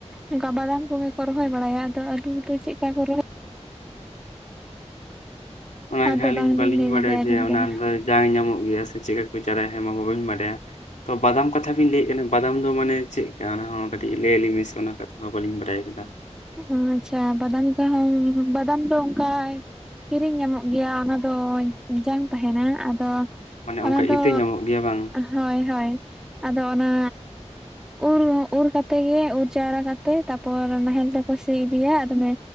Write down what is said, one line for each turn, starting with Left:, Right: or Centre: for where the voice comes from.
Centre: ᱚᱱᱠᱟ ᱵᱟᱫᱟᱢ ᱠᱚᱜᱮ ᱠᱚ ᱨᱚᱦᱚᱭ ᱵᱟᱲᱟᱭᱟ ᱟᱫᱚ ᱟᱹᱞᱩ ᱫᱚ ᱪᱮᱫ ᱠᱟ ᱠᱚ ᱨᱚᱦᱚᱭ
Left: ᱚᱱᱟᱜᱮ
Centre: ᱚᱱᱟᱛᱮ
Left: ᱦᱟᱸᱜ ᱟᱹᱞᱤᱧ
Centre: ᱵᱟᱝᱞᱤᱧ
Left: ᱵᱟᱹᱞᱤᱧ
Centre: ᱞᱟᱹᱭ
Left: ᱵᱟᱲᱟᱭᱟ
Centre: ᱫᱟᱲᱮᱭᱟᱵᱤᱱ
Left: ᱡᱮ ᱚᱱᱟ
Centre: ᱠᱟᱱᱟ
Left: ᱫᱚ ᱡᱟᱝ ᱧᱟᱢᱚᱜ ᱜᱮᱭᱟ ᱥᱮ ᱪᱤᱠᱠᱟ ᱠᱚ ᱪᱟᱨᱟᱭᱼᱟ ᱦᱮᱢᱟ ᱢᱟ ᱵᱟᱹᱧ ᱵᱟᱰᱟᱭᱟ ᱛᱚ ᱵᱟᱫᱟᱢ ᱠᱟᱛᱷᱟ ᱵᱤᱱ ᱞᱟᱹᱭᱮᱫ ᱠᱟᱱᱟ ᱵᱟᱫᱟᱢ ᱫᱚ ᱢᱟᱱᱮ ᱪᱮᱜᱠᱟ ᱚᱱᱟ ᱦᱚᱸ ᱠᱟᱹᱴᱤᱡ ᱞᱟᱹᱭ ᱟᱞᱤᱧ ᱢᱮᱥᱮ ᱚᱱᱟ ᱠᱟᱛᱷᱟ ᱦᱚᱸ ᱵᱟᱹᱞᱤᱧ ᱵᱟᱰᱟᱭ ᱠᱟᱫᱟ ᱾
Centre: ᱩᱸ ᱟᱪᱷᱟ ᱵᱟᱫᱟᱢ ᱡᱟᱦᱟᱸ ᱵᱟᱫᱟᱢ ᱫᱚ ᱚᱱᱠᱟ ᱠᱤᱨᱤᱧ ᱧᱟᱢᱚᱜ ᱜᱮᱭᱟ ᱚᱱᱟ ᱫᱚ ᱡᱟᱝ ᱛᱟᱦᱮᱸᱱᱟ ᱟᱫᱚ
Left: ᱢᱟᱱᱮ
Centre: ᱚᱱᱟ
Left: ᱚᱱᱠᱟ
Centre: ᱫᱚ
Left: ᱤᱛᱟᱹ ᱧᱟᱢᱚᱜ ᱜᱮᱭᱟ ᱵᱟᱝ
Centre: ᱦᱳᱭ ᱦᱳᱭ ᱟᱫᱚ ᱚᱱᱟ ᱩ-ᱨᱚ ᱩᱨ ᱠᱟᱛᱮ ᱜᱮ ᱩᱨ ᱡᱟᱣᱨᱟ ᱠᱟᱛᱮ ᱛᱟᱯᱚᱨ ᱱᱟᱦᱮᱞ ᱫᱚ ᱥᱤ ᱤᱫᱤᱭᱟ ᱟᱫᱚ ᱢᱮ